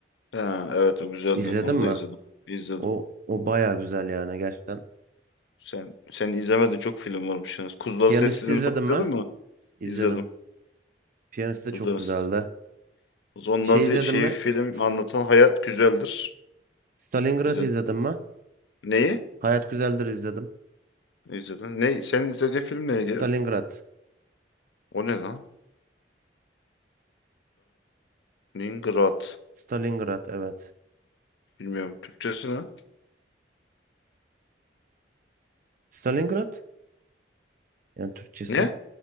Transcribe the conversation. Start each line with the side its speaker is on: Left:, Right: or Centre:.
Left: Ha, evet o güzeldi.
Right: İzledin
Left: Onu
Right: mi?
Left: da izledim. İzledim.
Right: O o baya güzel yani gerçekten.
Left: Sen sen izlemedin çok film varmış yalnız. Kuzuların
Right: Piyanist'i
Left: Sessizliğini
Right: izledin
Left: falan
Right: mi?
Left: izledin mi?
Right: İzledim.
Left: İzledim.
Right: Piyanist de
Left: Kuzuların
Right: çok güzeldi.
Left: Sessizliğini. O zaman
Right: Şey
Left: Nazi
Right: izledin
Left: şeyi
Right: mi?
Left: film
Right: S-
Left: anlatan hayat güzeldir.
Right: Stalingrad
Left: İzledim.
Right: izledin mi?
Left: Neyi?
Right: Hayat Güzeldir izledim.
Left: İzledin. Ne? Senin izlediğin film neydi
Right: Stalingrad.
Left: ya? O ne lan? Stalingrad.
Right: Stalingrad evet.
Left: Bilmiyorum. Türkçesi ne?
Right: Stalingrad yani Türkçesi.
Left: Ne?